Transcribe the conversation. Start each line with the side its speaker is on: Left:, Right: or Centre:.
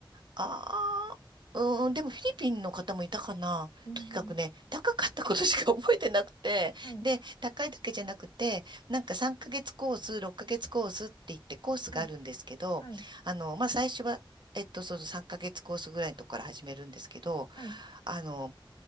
Right: ああ、うーん、でもフィリピンの方もいたかな。
Left: うん。
Right: とにかくね、高かったことしか <laughs> 覚えてなくて、
Left: はい。
Right: で、高いだけじゃなくて、なんか3ヶ月コース、6ヶ月コースって言ってコースがあるんですけど、
Left: はい。はい。
Right: あの、まあ、最初は、えっと、その3ヶ月コースぐらいのとこから始めるんですけど、
Left: はい。はい
Right: あの、